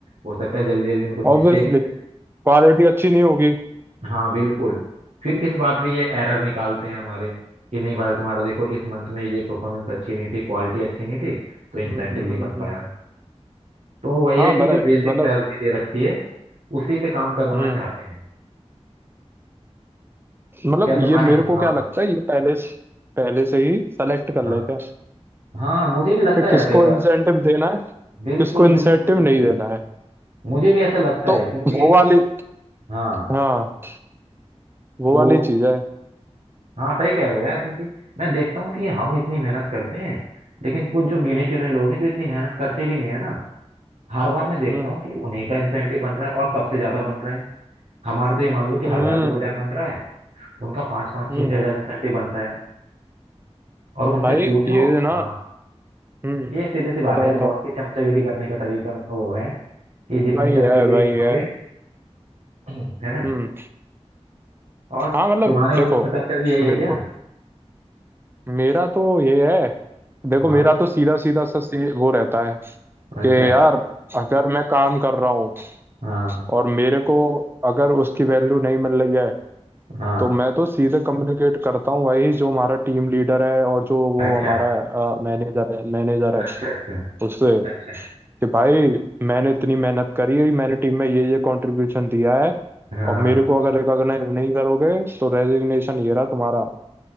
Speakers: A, on the right; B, on the right.
A: हो सकता है जल्दी जल्दी में कुछ मिस्टेक
B: ऑब्वियसली
A: हो जाए
B: क्वालिटी अच्छी नहीं होगी
A: हाँ बिल्कुल फिर इस बात पे ये एरर निकालते हैं हमारे कि नहीं भाई तुम्हारा देखो इस मंथ में ये परफॉर्मेंस अच्छी नहीं थी क्वालिटी अच्छी नहीं थी तो इंसेंटिव
B: हम्म हम्म
A: नहीं बन पाया
B: हम्म।
A: तो वही
B: हाँ
A: है कि
B: मतलब
A: जो बेसिक
B: मतलब
A: सैलरी दे रखी है उसी पे काम करवाना
B: हम्म
A: चाहते हैं
B: मतलब
A: क्या
B: ये
A: तुम्हारे
B: मेरे को
A: हाँ
B: क्या लगता है ये पहले से पहले से ही सेलेक्ट कर
A: हाँ
B: लेते हैं
A: हाँ मुझे भी लगता
B: कि
A: है
B: किसको
A: यार कई बार
B: इंसेंटिव देना है
A: बिल्कुल
B: किसको इंसेंटिव
A: बिल्कुल बिल्कुल
B: नहीं देना है
A: मुझे भी ऐसा लगता
B: तो
A: है क्योंकि
B: वो वाली
A: हाँ
B: हाँ वो
A: तो
B: वाली चीज है
A: हाँ सही कह रहे हो यार क्योंकि मैं देखता हूँ कि हम इतनी मेहनत करते हैं लेकिन कुछ जो गिने चुने लोग हैं जो इतनी मेहनत करते भी नहीं है ना हर बार मैं देखता
B: हम्म
A: हूँ कि उन्हीं का इंसेंटिव बन रहा है और सबसे ज्यादा बन रहा है हमारा तो ये मान लो कि हजार
B: हम्म
A: दो हजार बन रहा है उनका पाँच पाँच
B: हम्म
A: छह छह हजार इंसेंटिव बनता है और उनसे
B: भाई
A: पूछो
B: ये ना
A: हाँ
B: हम्म
A: ये सीधी सी बात
B: बताओ
A: है यार
B: बताओ
A: बॉस की चमचागिरी करने का तरीका वो है कि जितनी
B: भाई
A: चमचागिरी
B: है भाई
A: करोगे
B: है
A: <clears throat> है ना
B: हम्म
A: और
B: हाँ मतलब
A: तुम्हारे ऑफिस
B: देखो
A: का कल्चर भी यही
B: मेरे
A: है क्या
B: को मेरा तो ये है देखो
A: हाँ
B: मेरा तो सीधा सीधा सा सी, वो रहता है
A: अच्छा
B: कि यार अगर मैं काम कर रहा हूँ
A: हाँ
B: और मेरे को अगर उसकी वैल्यू नहीं मिल रही है
A: हाँ
B: तो मैं तो सीधे कम्युनिकेट करता हूँ भाई जो हमारा टीम लीडर है और जो वो
A: अच्छा
B: हमारा मैनेजर है मैनेजर है
A: अच्छा अच्छा
B: उससे
A: अच्छा
B: कि भाई मैंने इतनी मेहनत करी है मैंने टीम में ये ये कंट्रीब्यूशन दिया है
A: हाँ
B: और मेरे को अगर रिकॉग्नाइज नहीं करोगे तो रेजिग्नेशन ये रहा तुम्हारा